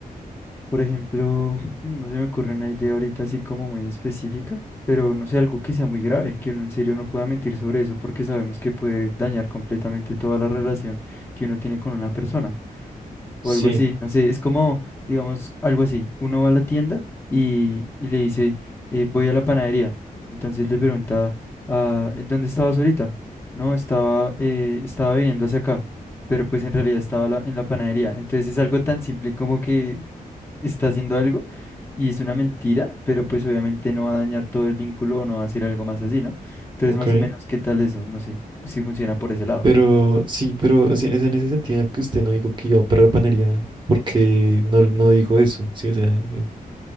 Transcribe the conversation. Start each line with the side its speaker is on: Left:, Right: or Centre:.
Left: Por ejemplo, <sniffs> mm, no se me ocurre una idea ahorita así como muy específica, pero no sé, algo que sea muy grave, que uno en serio no pueda mentir sobre eso, porque sabemos que puede dañar completamente toda la relación que uno tiene con una persona o
Right: Sí,
Left: algo así, no sé, es como, digamos, algo así. Uno va a la tienda y, y le dice, eh, voy a la panadería. Entonces le pregunta, ah, ¿dónde estabas ahorita? No, estaba, eh, estaba viniendo hacia acá, pero pues en realidad estaba la- en la panadería. Entonces es algo tan simple como que está haciendo algo y es una mentira, pero pues obviamente no va a dañar todo el vínculo o no va a hacer algo más así, ¿no? Entonces
Right: ok.
Left: más o menos, ¿qué tal eso? No sé si funciona por ese lado.
Right: Pero sí, pero o sea, es en ese sentido en el que usted no dijo que iba para la panería, porque no, no dijo eso, sí, o sea. eh,